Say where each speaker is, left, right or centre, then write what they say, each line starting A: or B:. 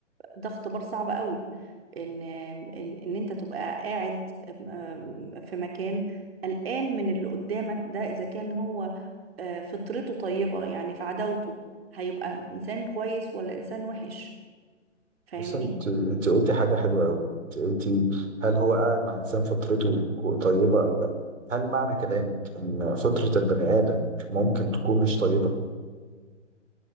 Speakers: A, on the right; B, on the right.
A: ده اختبار صعب قوي ان ان ان انت تبقى قاعد آم، في مكان قلقان من اللي قدامك ده اذا كان هو آه فطرته طيبة يعني في عداوته هيبقى انسان كويس ولا انسان وحش فاهمني
B: بس انت انت قلتي حاجة حلوة قوي انت قلتي هل هو قاعد مع انسان فطرته كو- طيبة او لا هل معنى كلامك ان فطرة البني ادم ممكن تكون مش طيبة